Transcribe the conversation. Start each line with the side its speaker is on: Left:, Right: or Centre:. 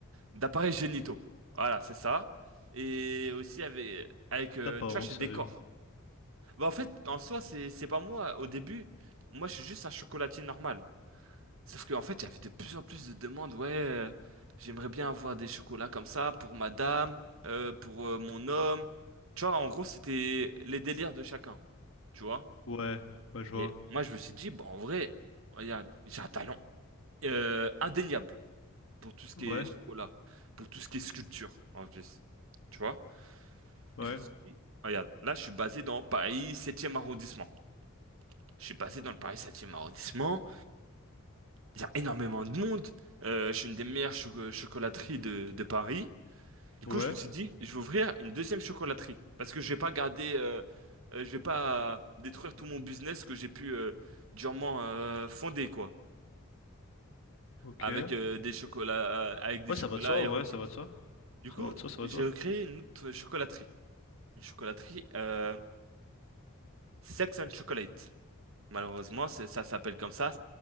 Right: d'appareils génitaux. Voilà, c'est ça. Et aussi avec, avec euh,
Left: T'as pas
Right: tu
Left: honte,
Right: vois, je fais
Left: sérieux?
Right: des corps. Bah, en fait, en soi, c'est c'est pas moi. Au début, moi, je suis juste un chocolatier normal. Sauf qu'en fait, j'avais de plus en plus de demandes. Ouais, euh, j'aimerais bien avoir des chocolats comme ça pour madame, euh, pour euh, mon homme. Tu vois, en gros, c'était les délires de chacun. Tu vois?
Left: Ouais. Bah, je vois.
Right: Et moi, je me suis dit, bah, en vrai, regarde, j'ai un talent euh, indéniable pour tout ce qui
Left: Ouais.
Right: est chocolat, pour tout ce qui est sculpture, en plus. Tu vois?
Left: Ouais.
Right: Et je me suis dit, regarde, là, je suis basé dans Paris 7e arrondissement. Je suis basé dans le Paris 7e arrondissement. Il y a énormément de monde. Euh, je suis une des meilleures cho- chocolateries de, de Paris. Du
Left: Ouais.
Right: coup, je me suis dit, je vais ouvrir une deuxième chocolaterie. Parce que je vais pas garder, euh, euh, je vais pas détruire tout mon business que j'ai pu euh, durement euh, fonder, quoi.
Left: Ok.
Right: Avec euh, des chocolats, euh, avec des
Left: Ouais,
Right: chocolats
Left: ça va de soi, en
Right: érotiques.
Left: vrai, ça va de soi.
Right: Du
Left: Ça
Right: coup,
Left: va de soi, ça va
Right: j'ai
Left: de soi.
Right: recréé une autre chocolaterie. Une chocolaterie euh, Sex and Chocolate. Malheureusement, c'est- ça s'appelle comme ça.